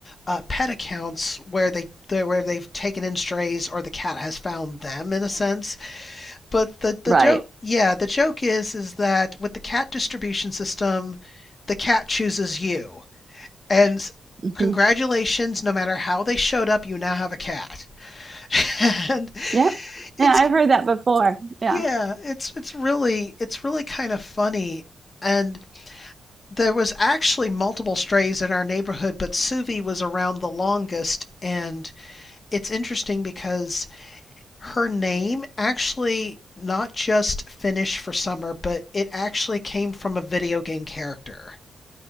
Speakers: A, on the left; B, on the right.
A: uh, pet accounts where they they- where they've taken in strays or the cat has found them in a sense. But the the
B: right.
A: joke, yeah, the joke is is that with the cat distribution system, the cat chooses you. And
B: hmm
A: congratulations, no matter how they showed up, you now have a cat. <laughs> And
B: Yep.
A: it's
B: Yeah, I've heard that before. Yeah,
A: yeah, it's it's really it's really kind of funny. And there was actually multiple strays in our neighborhood, but Suvi was around the longest. And it's interesting because her name actually not just Finnish for summer, but it actually came from a video game character.